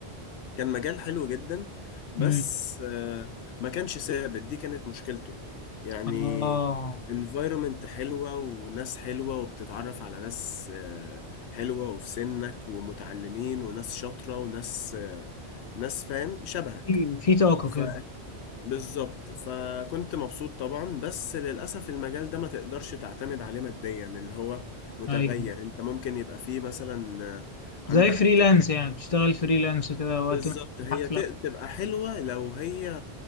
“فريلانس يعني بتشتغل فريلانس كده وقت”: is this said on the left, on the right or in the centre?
Left